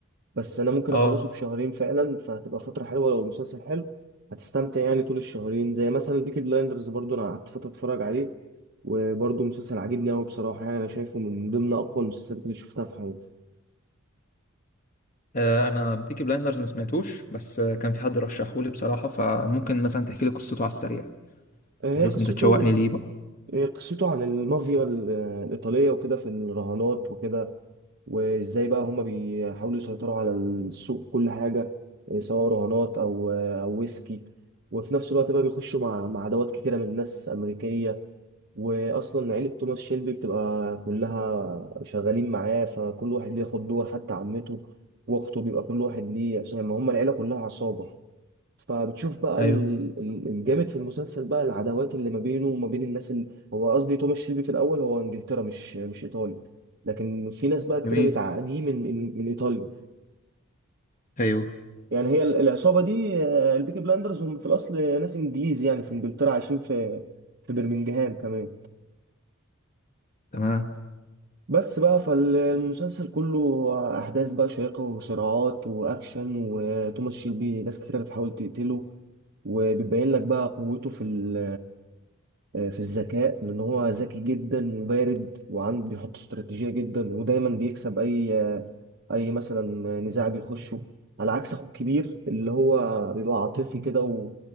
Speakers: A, on the right (about 50°); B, on the left (about 40°).
A: بس انا ممكن
B: اه
A: اخلصه في شهرين فعلا فهتبقى فترة حلوة لو المسلسل حلو هتستمتع يعني طول الشهرين زي مثلا بيكي بلايندرز برضو انا قعدت فترة اتفرج عليه وبرضو مسلسل عاجبني قوي بصراحة يعني انا شايفه من ضمن اقوى المسلسلات اللي شفتها في حياتي
B: آه، انا بيكي بلايندرز ما سمعتوش بس آه، كان في حد رشحه لي بصراحه فممكن مثلا تحكي لي قصته على السريع
A: آه، هي
B: بحيث
A: قصته
B: انت تشوقني ليه بقى
A: إيه قصته عن المافيا ال- الإيطالية وكده في الرهانات وكده وإزاي بقى هما بيحاولوا يسيطروا على السوق في كل حاجة إيه سواء رهانات أو أو ويسكي وفي نفس الوقت بقى بيخشوا مع مع عدوات كتيرة من ناس أمريكية وأصلا عيلة توماس شيلبي بتبقى كلها شغالين معاه فكل واحد بياخد دور حتى عمته وأخته بيبقى كل واحد ليه عشان ما هما العيلة كلها عصابة فبتشوف بقى
B: ايوه
A: ال- ال- الجامد في المسلسل بقى العداوات اللي ما بينه وما بين الناس اللي هو قصدي توماس شيلبي في الاول هو انجلترا مش مش ايطالي لكن في ناس بقى كتير
B: جميل
A: بتعاديه من من من ايطاليا
B: ايوه
A: يعني هي ال- العصابه دي آه، البيكي بلاندرز هم في الاصل ناس انجليز يعني في انجلترا عايشين في في برمنجهام كمان
B: تمام
A: بس بقى فالمسلسل كله احداث بقى شيقه وصراعات واكشن وتوماس شيلبي ناس كتير بتحاول تقتله وبيبين لك بقى قوته في ال آه، في الذكاء لأن هو ذكي جدا وبارد وعنده بيحط استراتيجية جدا ودايما بيكسب أي آه، أي مثلا نزاع بيخشه على عكس أخوه الكبير اللي هو بيبقى عاطفي كده و...